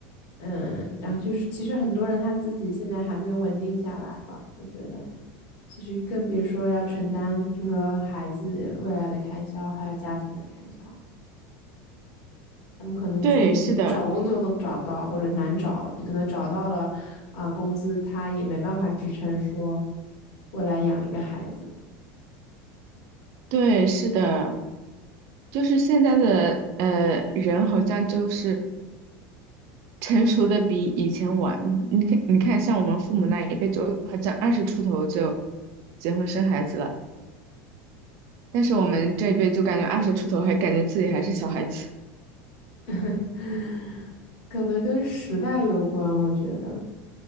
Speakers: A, on the left; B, on the right.
A: 嗯，然后就是，其实很多人他自己现在还没有稳定下来吧，我觉得，其实更别说要承担，就说孩子未来的开销，还有家庭的开销，他们可能自己找工作都找不到，
B: 对，是的，
A: 或者难找，你可能找到了，啊、工资他也没办法支撑说未来养一个孩子，
B: 对，是的，就是现在的呃人好像就是。成熟的比以前晚。你看，你看，像我们父母那一辈就好像二十出头就结婚生孩子了，但是我们这一辈就感觉二十出头还感觉自己还是小孩子。
A: <laughs> 可能跟时代有关，我觉得，